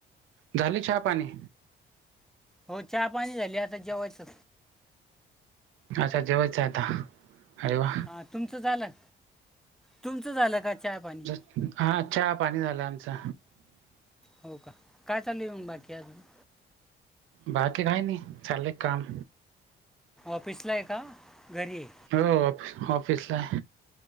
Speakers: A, on the right; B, in the centre.
A: झाले चहा पाणी
B: हो चहा पाणी झाली आता जेवायचं
A: अच्छा जेवायचं आहे आता अरे वा
B: हां तुमचं झालं तुमचं झालं का चहाय पाणी
A: हा चहा पाणी झालं आमचं
B: हो का काय चालू आहे मग बाकी अजून
A: बाकी काय नाही चालेय काम
B: ऑफिसला आहे का घरी आहे
A: हो ऑफ ऑफिसला